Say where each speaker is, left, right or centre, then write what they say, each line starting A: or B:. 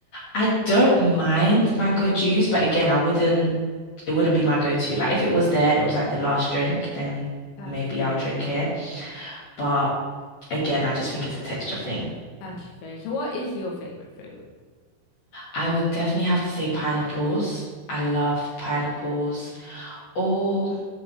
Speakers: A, on the left; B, on the left.
A: I don't mind mango juice, but again, I wouldn't, it wouldn't be my go-to. Like, if it was there and it was like the last drink, then
B: That's
A: maybe
B: fair
A: I'll drink
B: enough.
A: it. But again, I just think it's a texture thing.
B: That's fair. So what is your favorite fruit?
A: I would definitely have to say pineapples. I love pineapples. Or